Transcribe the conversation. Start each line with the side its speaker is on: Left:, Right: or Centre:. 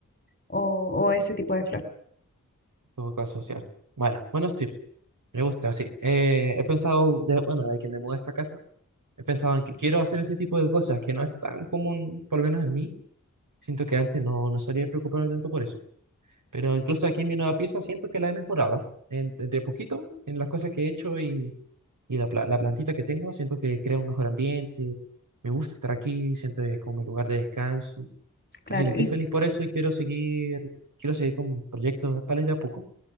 Left: o, o ese tipo de flor.
Right: todo caso, cierto. Bueno, buenos tips. Me gusta, sí. Eh, he pensado, de, bueno, de que me mudé a esta casa, he pensado en que quiero hacer ese tipo de cosas que no es tan común, por lo menos en mí. Siento que antes no, no solía preocuparme tanto por eso. Pero incluso aquí en mi nueva pieza siento que la he mejorado en- de de poquito en las cosas que he hecho y, y la, pla- la plantita que tengo. Siento que crea un mejor ambiente. Me gusta estar aquí, siento que es como mi lugar de descanso.
Left: Claro,
Right: Así que estoy
Left: y
Right: feliz por eso y quiero seguir, quiero seguir con proyectos tales de a poco.